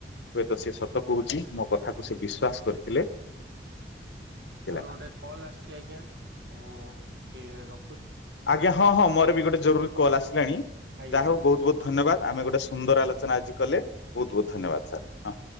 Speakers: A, on the left; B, on the right.
A: ହୁଏତ ସେ ସତ କହୁଛି ମୋ କଥାକୁ ସେ ବିସ୍ଵାସ କରିଥିଲେ। ହେଲା।
B: ମୋର ଗୋଟେ କଲ୍ ଆସୁଛି ଆଜ୍ଞା। ମୁଁ ଟିକେ ରଖ
A: ଆଜ୍ଞା ହଁ ହଁ ମୋର ବି ଗୋଟେ ଜରୁରୀ କଲ୍ ଆସିଲାଣି
B: ଆଜ୍ଞା
A: ଯାହା ହଉ ବହୁତ ବହୁତ ଧନ୍ୟବାଦ। ଆମେ ଗୋଟେ ସୁନ୍ଦର ଆଲୋଚନା ଆଜି କଲେ ବହୁତ ବହୁତ ଧନ୍ୟବାଦ ସାର୍ ହ